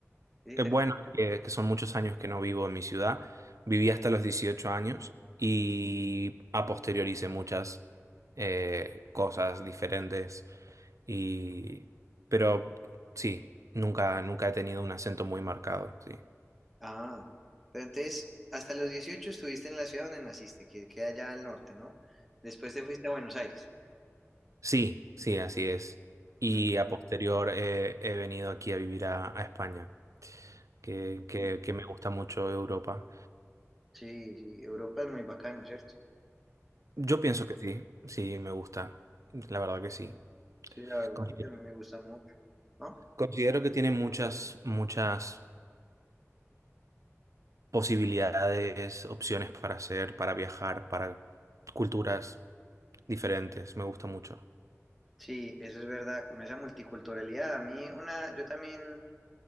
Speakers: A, in the centre; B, on the right.
A: Es interesante.
B: Eh, Bueno, que, que son muchos años que no vivo en mi ciudad. Viví hasta los 18 años y a posteriori hice muchas eh, cosas diferentes Y, pero sí, nunca, nunca he tenido un acento muy marcado, sí.
A: Ah, pero entonces, hasta los 18 estuviste en la ciudad donde naciste, que queda allá al norte, ¿no? Después te fuiste a Buenos Aires.
B: Sí, sí, así es. Y
A: Mm.
B: a posterior eh, he venido aquí a vivir a, a España, que, que,
A: mm,
B: que me gusta mucho Europa.
A: Sí, sí, Europa es muy bacano, ¿cierto?
B: Yo pienso que sí, sí, me gusta. La verdad que sí.
A: Sí, la verdad,
B: Considero
A: a mí también me gusta mucho, ¿no?
B: considero que tiene muchas, muchas posibilidades, opciones para hacer, para viajar, para culturas diferentes. Me gusta mucho.
A: Sí, eso es verdad, como esa multiculturalidad. A mí una, yo también,